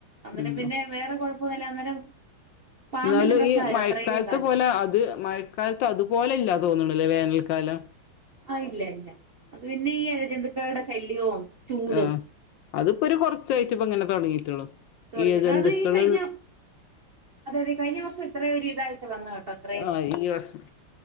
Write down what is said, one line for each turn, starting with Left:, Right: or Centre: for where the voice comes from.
Right: അന്നെരം
Left: ഉം
Right: പിന്നെ വേറെ കൊഴപ്പൊന്നുല്ല അന്നേരം പാമ്പിന്റെ
Left: ന്നാലും
Right: പ്രശ്നമായിരുന്നു
Left: ഈ മഴക്കാലത്ത്
Right: അത്രയും കാലം.
Left: പോലെ അത് മഴക്കാലത്ത് അതുപോലെ ഇല്ല തോന്ന്ണ്ല്ലേ വേനൽകാലത്ത് കാലം
Right: ആ ഇല്ല ഇല്ല അത് പിന്നെ ഈ ഇയ ജന്തുക്കളുടെ ശല്യവും ചൂടും
Left: ആ അതിപ്പോ ഒരു കുറച്ചായിട്ട് ഇപ്പോങ്ങനെ തുടങ്ങിറ
Right: തുടങ്ങിയിട്ട്
Left: ഇയ ജന്തുക്കൾ
Right: അത് ഈ കഴിഞ്ഞ അതെ അതെ കഴിഞ്ഞവർഷ ഇത്രയു ഒരു ഇതായിട്ട് വന്നകേട്ടോ അത്രയും
Left: ആഹ് ഈ വർഷം